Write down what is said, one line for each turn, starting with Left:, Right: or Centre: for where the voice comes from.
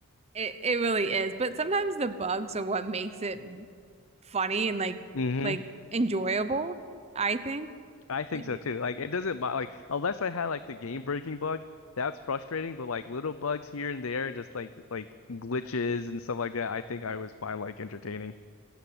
Right: It it really is. But sometimes the bugs are what makes it funny and like
Left: hmm
Right: like enjoyable, I think.
Left: I think
Right: But yeah,
Left: so too. Like it doesn't bother like unless I had like the game breaking bug, that's frustrating, but like little bugs here and there, just like like glitches and stuff like that, I think I was fine. like entertaining.